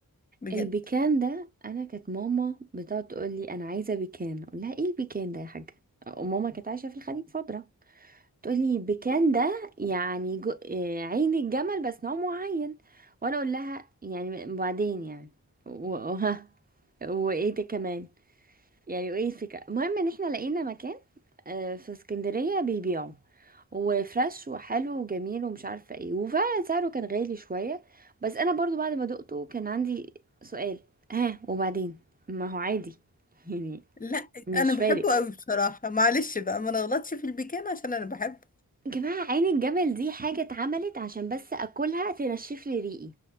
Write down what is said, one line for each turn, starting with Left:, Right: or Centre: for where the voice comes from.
Left: بجد
Right: البيكان ده انا كانت ماما بتقعد تقول لي انا عايزه بيكان اقول لها ايه البيكان ده يا حاجه وماما كانت عايشه في الخليج فتره تقول لي بيكان ده يعني جو... آه، عين الجمل بس نوع معين وانا اقول لها يعني وبعدين يعني و- وها وايه ده كمان يعني وايه الفكرة المهم ان احنا لقينا مكان آه، في اسكندرية بيبيعوا وفريش وحلو وجميل ومش عارفة ايه وفعلا سعره كان غالي شوية بس انا برضو بعد ما دقته كان عندي سؤال ها وبعدين ما هو عادي <laughs> يعني
Left: لا
Right: مش
Left: انا بحبه
Right: فارق
Left: قوي بصراحة معلش بقى ما نغلطش في البيكان عشان انا بحبه
Right: يا جماعة عين الجمل دي حاجة اتعملت عشان بس اكلها تنشف لي ريقي